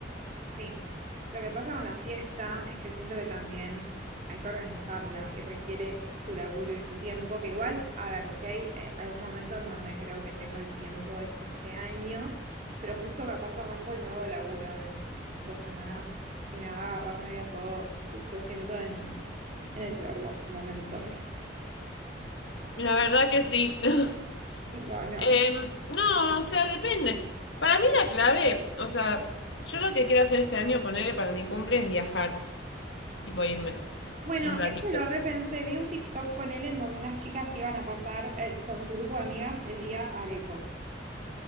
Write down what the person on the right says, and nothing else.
Sí, lo que pasa con la fiesta es que siento que también hay que organizarla y requiere su laburo y su tiempo, que igual, a ver, si hay eh, algún momento en donde creo que tengo el tiempo es este año, pero justo capaz arranco el nuevo laburo en dos semanas y me va a agarrar medio todo, justo siento en, en el peor lo- momento. <laughs>
Tipo, no.
Bueno,
eso lo repensé, vi un TikTok, ponele, en donde unas chicas iban a pasar eh, con su grupo de amigas el día Areco